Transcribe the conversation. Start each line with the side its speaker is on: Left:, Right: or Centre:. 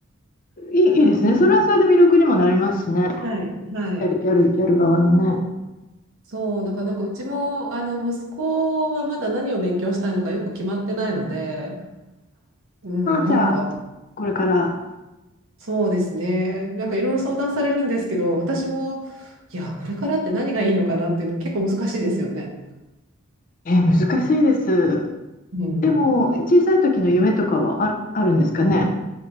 Left: う、いい、いいですね。
Right: うん
Left: それはそれで魅力にもなりますしね。
Right: はい、はい。
Left: やる、やる、やる側のね。
Right: そう、なんか、なんかうちも、あの、息子はまだ何を勉強したいのかよく決まってないので、うん、
Left: ああ、じゃあ、
Right: なんんか、
Left: これから、
Right: そうですね。なんかいろいろ相談されるんですけど、私も、いや、これからって何がいいのかなっていうの結構難しいですよね。
Left: えー難しいです。
Right: うん
Left: でも、小さい時の夢とかはある、あるんですかね。